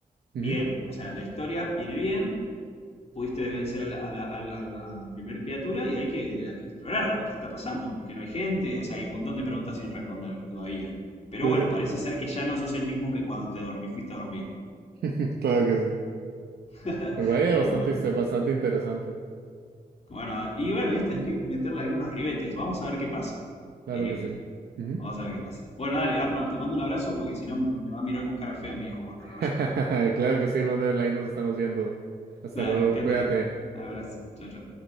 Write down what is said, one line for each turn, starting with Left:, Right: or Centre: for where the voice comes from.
Right: Ujú.
Left: bien. O sea, la historia viene bien, pudiste vencer a la, a la- a la- a la- a la primer criatura y hay que, hay que explorar a ver qué está pasando, porque no hay gente, o sea, hay un montón de preguntas sin responder todavía. Pero
Right: Sí,
Left: bueno,
Right: sí.
Left: parece ser que ya no sos el mismo que cuando te dormí, fuiste a dormir.
Right: <laughs> Claro que sí.
Left: <laughs> Está
Right: Pues vaya, bastante,
Left: muy bueno.
Right: este, bastante interesante.
Left: Bueno, y bueno, viste,
Right: Ujú.
Left: hay que meterle algunos ribetes. Vamos a ver qué pasa.
Right: Claro
Left: Eh,
Right: que sí. Ujú.
Left: vamos a ver qué pasa. Bueno, dale, Arnold, te mando un abrazo porque si no me, me va a mirar con cara fea mi hijo cuando lo vaya
Right: <laughs>
Left: a buscar.
Right: Claro que sí, Manuel. Ahí nos estamos viendo. Hasta
Left: Dale,
Right: luego.
Left: que
Right: Cuídate.
Left: andes bien. Abrazo. Chao, chao.